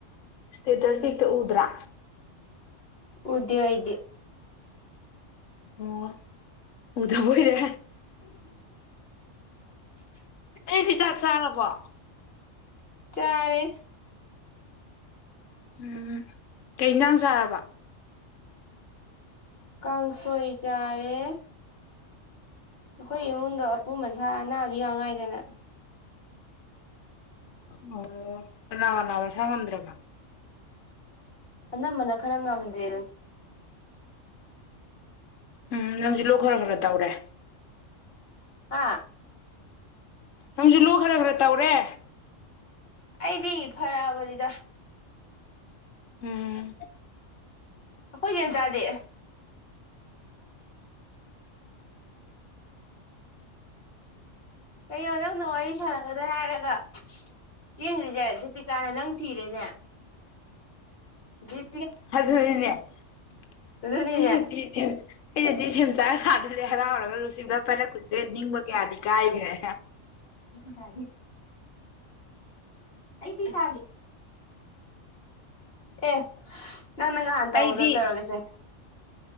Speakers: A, on the left (about 75°); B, on the left (about 50°).
A: ꯁꯇꯦꯇꯁꯇꯇ ꯎꯗ꯭ꯔꯥ
B: ꯎꯗꯦ ꯑꯩꯗꯤ
A: ꯑꯣ ꯎꯗꯕꯨꯔꯦ
B: <unintelligible>
A: ꯅꯗꯤ ꯆꯥꯛ ꯆꯥꯔꯕꯣ
B: ꯆꯔꯦ
A: ꯎꯝ ꯀꯩ ꯌꯦꯟꯖꯥꯡ ꯆꯥꯔꯕ
B: ꯀꯥꯡ ꯁꯣꯏꯖꯔꯦ ꯑꯩꯈꯣꯏ ꯏꯃꯨꯡꯗꯣ ꯑꯄꯨꯝꯕ ꯁꯥ ꯑꯅꯥꯕꯌꯥ ꯉꯥꯏꯗꯅ
A: ꯑꯣ ꯀꯅꯥꯅꯥꯕꯁꯥ ꯁꯗ꯭ꯔꯕ
B: ꯑꯅꯝꯕꯅ ꯈꯔ ꯉꯝꯗ꯭ꯔꯦꯗ
A: ꯎꯝ ꯅꯪꯁꯤꯂꯣ ꯈꯔ ꯈꯔ ꯇꯧꯔꯦ
B: ꯑꯥ
A: ꯅꯪꯁꯨ ꯂꯨ ꯈꯔ ꯈꯔ ꯇꯧꯔꯦ
B: ꯑꯩꯗꯤ ꯐꯔꯑꯕꯅꯤꯗ
A: ꯎꯝ
B: ꯑꯩꯈꯣꯏ ꯌꯥꯝꯝ ꯆꯥꯗꯦ ꯀꯩꯅꯣ ꯅꯪꯅ ꯋꯥꯔꯤ ꯁꯥꯟꯅꯒꯗ꯭ꯔ ꯍꯥꯏꯔꯒ ꯆꯦꯟꯈ꯭ꯔꯤꯁꯦ ꯗꯤꯄꯤꯀꯥꯅꯦ ꯅꯪ ꯊꯤꯔꯦꯅꯦ
A: <unintelligible>
B: ꯒꯤ
A: ꯑꯗꯨꯗꯟꯅꯦꯩꯅ
B: ꯑꯗꯨꯅꯤꯅꯦ
A: ꯆꯥ ꯁꯥꯗꯨꯗꯤꯦ ꯍꯔꯥꯎꯔꯒ ꯔꯨꯁꯤꯗ ꯄꯥꯏꯔꯛꯄꯨꯁꯤꯦ ꯅꯤꯡꯕ ꯀꯌꯥꯗꯤ ꯀꯥꯏꯈ꯭ꯔꯦ
B: ꯁꯥꯦ ꯑꯩꯗꯤꯁꯂꯤ ꯑꯦ ꯅꯪꯅ ꯉꯍꯥꯟ ꯇꯧꯕꯗꯣ
A: ꯑꯩꯗꯤ
B: ꯇꯧꯔꯒꯁꯦ